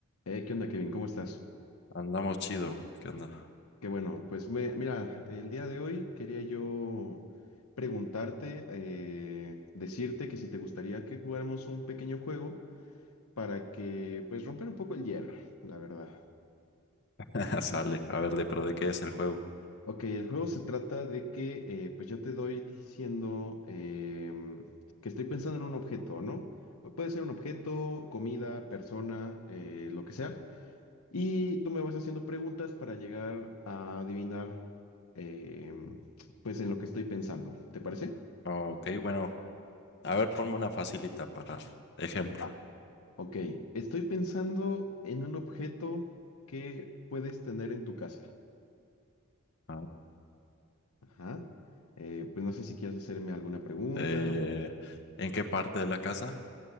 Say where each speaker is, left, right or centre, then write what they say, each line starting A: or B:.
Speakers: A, on the left (about 80°); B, on the left (about 50°).
A: Eh, ¿qué onda, Kevin? ¿Cómo estás?
B: Andamos chido. ¿Qué onda?
A: Qué bueno, pues me- mira, el día de hoy quería yo preguntarte, eh, decirte que si te gustaría que jugáramos un pequeño juego para que, pues, romper un poco el hielo, la verdad.
B: <laughs> Sale. A ver, de, pero ¿de qué es el juego?
A: Ok, el juego se trata de que, eh, pues, yo te doy diciendo em, que estoy pensando en un objeto, ¿no? O puede ser un objeto, comida, persona, eh, lo que sea. Y tú me vas haciendo preguntas para llegar a adivinar, em, pues, en lo que estoy pensando. ¿Te parece?
B: Ok, bueno. A ver, ponme una facilita para ejemplo.
A: Va. Ok, estoy pensando en un objeto que puedes tener en tu casa.
B: Ah.
A: Ajá. Eh, pues no sé si quieres hacerme alguna pregunta.
B: Eh,
A: o algo así.
B: ¿en qué parte de la casa?